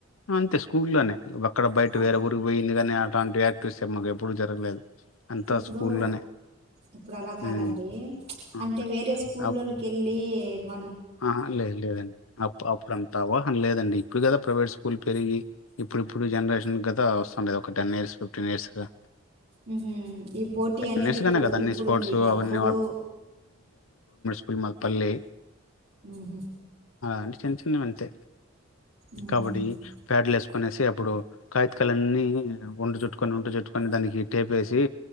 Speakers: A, on the left; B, on the right.
A: అంతే స్కూల్లోనే అక్కడ బయట
B: ఆ
A: వేరే ఊరికి పోయింది కాని అలాంటి యాక్టర్స్ మాకు ఎప్పుడూ జరగలేదు అంతా
B: ఇప్పుడు
A: స్కూల్లోనే
B: ఇప్పుడు అలా కాదండి
A: ఉమ్ ఆ
B: అంటే వేరే స్కూల్
A: అప్-
B: లోకి వెళ్ళి మ
A: ఆహా లే లేదండి అప్ అప్పుడంతావో అ లేదండి ఇప్పుడు కదా ప్రైవేట్ స్కూల్ పెరిగి ఇప్పుడు ఇప్పుడు జనరేషన్ గద వస్టాండేది ఒక టెన్ ఇయర్స్ ఫిఫ్టీన్ ఇయర్స్ గా
B: మ్ హు ఈ పోటీ అనేది
A: టెన్ ఇయర్స్
B: ఇప్పుడు
A: గానే కదా అన్ని
B: ఇప్పుడుంది
A: స్పోర్ట్స్ అవన్నీ
B: అప్పుడు
A: గుల్మల్ పల్లె
B: మ్ హు
A: అంటే చిన్న చిన్నవి అంతే
B: ఉ
A: కబడీ ఫ్యాట్లెస్ కొనేసి అప్పుడు కాగితకాలన్నీ ఉంట చుట్టుకొని ఉంట చుట్టుకొని దానికి టేప్ వేసి